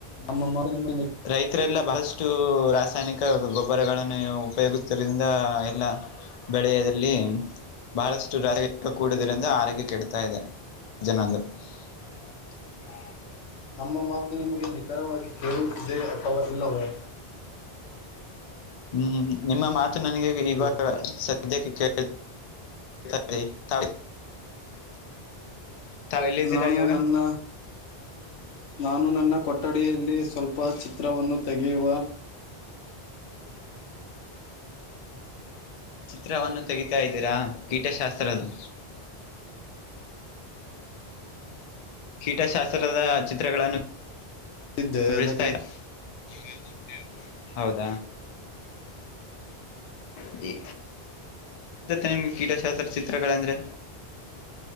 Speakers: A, on the left; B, on the left.
A: ನಮ್ಮ ಮಾತು ನಿಮ್ಮ.
B: ರೈತರೆಲ್ಲ ಬಹಳಷ್ಟು ರಾಸಾಯನಿಕ ಗೊಬ್ಬರಗಳನ್ನು. ಉಪಯೋಗಿಸ್ರಿಂದ ಎಲ್ಲ. ಬೆಳೆಯದಲ್ಲಿ ಬಹಳಷ್ಟು <unintelligible> ಕೂಡುವುದರಿಂದ ಆರೋಗ್ಯ ಕೆಡತಾಯಿದೆ ಜನ <unintelligible>
A: ನಮ್ಮ ಮಾತು ನಿಮಗೆ ನಿಖರವಾಗಿ ಕೇಳುತಿದ್ದೆ ಅಥವಾ ಇಲ್ಲವೇ.
B: ಹ್ಮ್ ನಿಮ್ಮ ಮಾತು ನನಗೆ ಈವಾಗ.
A: ಹಲೋ
B: ಅದಿಕ್ಕೆ <unintelligible> ತಾವು ಎಲ್ಲಿದ್ದೀರಾ
A: ನಾನು
B: ಇವಾಗ.
A: ನನ್ನ ನಾನು ನನ್ನ ಕೊಠಡಿಯಲ್ಲಿ ಸ್ವಲ್ಪ ಚಿತ್ರವನ್ನು ತೆಗೆಯುವ.
B: ಚಿತ್ರವನ್ನು ತೆಗಿತಾಯಿದ್ದೀರಾ ಕೀಟಶಾಸ್ತ್ರದು. ಕೀಟಶಾಸ್ತ್ರದ ಚಿತ್ರಗಳನ್ನು.
A: ಇದ್ದೆ
B: <unintelligible>
A: ಅದಕ್ಕೆ
B: ಹೌದ. <unintelligible> ನಿಮ್ಮ ಕೀಟಶಾಸ್ತ್ರ ಚಿತ್ರಗಳು ಅಂದ್ರೆ.